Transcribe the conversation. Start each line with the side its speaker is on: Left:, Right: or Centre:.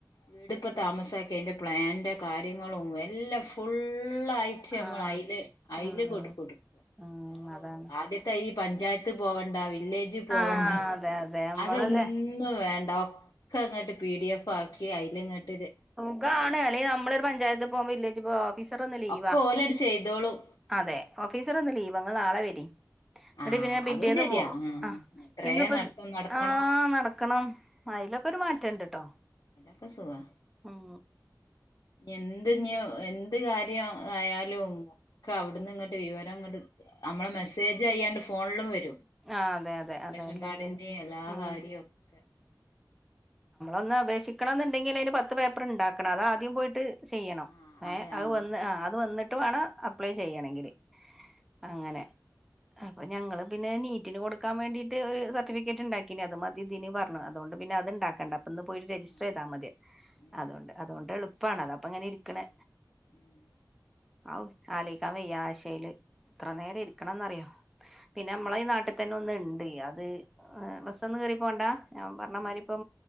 Left: വീടിപ്പൊ താമസാക്കി അതിന്റെ പ്ലാനിന്റെ കാര്യങ്ങളും എല്ലാം ഫുള്ള് ഫുള്ളായിട്ട് നമ്മൾ
Centre: ആഹ്
Left: അയില് അയിലങ്ങട്ട്
Centre: ഉം
Left: കൊടുക്കാ കൊടുക്കുക
Centre: ഉം
Left: വേറ
Centre: അതാണ്
Left: ആദ്യത്തെ ഈ പഞ്ചായത്ത് പോവണ്ടാ വില്ലേജി പോവണ്ട
Centre: ആഹ് അതെ അതെ നമ്മളല്ലേ
Left: അതെന്നും വേണ്ട അങ്ങോട്ട് പി ഡി എഫ് ആക്കി <unintelligible>
Centre: സുഖാണ് അല്ലെ നമ്മള് ഒരു പഞ്ചായത്ത് പോവും വില്ലേജ് പോവും <unintelligible> ഓഫീസർ ഇന്ന് ലീവാ
Left: ഒക്കെ ഓലട് ചെയ്തോളും
Centre: അതേ ഓഫീസർ ഇന്ന്‌ ലീവാ നാളെ വെരി എന്നിട്ട്
Left: ആഹ്
Centre: പിന്നെ പിറ്റേന്ന്
Left: അതും ശരിയാ
Centre: പോകും
Left: ആഹ്
Centre: ആ
Left: അത്രേ
Centre: ഇന്നിപ്പോ
Left: നടത്തം നടക്കണം
Centre: ആ നടക്കണം അതിലൊക്കെ ഒരു മാറ്റം ഇണ്ട് ട്ടോ
Left: <unintelligible>
Centre: ഉം
Left: എന്ത് ഇനിയും എന്ത് കാര്യം ആയാലും ഒക്കെ അവിടുന്ന് ഇങ്ങോട്ട് വിവരം ഇങ്ങോട്ട് നമ്മളെ മെസ്സേജ് അയ്യാണ്ട് ഫോണിലും വരും
Centre: ആ അതെ അതെ അതെ
Left: റേഷൻ
Centre: എല്ലാം
Left: കാർഡിന്റെ
Centre: വരും
Left: എല്ലാ
Centre: ഉം
Left: കാര്യവും ഒക്കെ
Centre: ഒന്ന് അപേക്ഷിക്കണ ങ്കിൽ അന് പത്ത് പേപ്പർ ഇണ്ടാക്കണം അത പോയിട്ട് ചെയ്യണം
Left: ആഹ്
Centre: ഏ അത്
Left: ആഹ്
Centre: വന്ന് ആ
Left: ഉം
Centre: അത് വന്നിട്ട് വേണം അപ്ലൈ ചെയ്യണെങ്കില് അങ്ങനെ അപ്പൊ ഞങ്ങള് പിന്നെ നീറ്റിന് കൊടുക്കാൻ വേണ്ടീട്ട് ഒരു സർട്ടിഫിക്കറ്റ് ഉണ്ടാക്കീനി അത് മതി ഇനി പറഞ്ഞു അതുകൊണ്ട് പിന്നെ അത്ണ്ടാക്കി കണ്ട പോയിട്ട് രജിസ്റ്റർ
Left: ഉം
Centre: ചെയ്താൽ മതി
Left: ഉം
Centre: അതൊണ്ട് അതുകൊണ്ട് എ ഇപ്പണ അപ്പ അങ്ങനെരിക്കണെ
Left: ഉം
Centre: ഔ ചാലിക്കാൻ വയ്യ ആശയില് ഇത്ര നേരം ഇരിക്കണംന്ന്റിയോ പിന്നെ നമ്മളെ ഈ നാട്ടിൽ തന്ന ഒന്ന ഇണ്ട് അത് ബസ് ഒന്ന കേറി പോണ്ട ആ പറഞ്ഞമാതിരിപ്പ
Left: ആഹ് ഉം ഉം അത് ആഹ്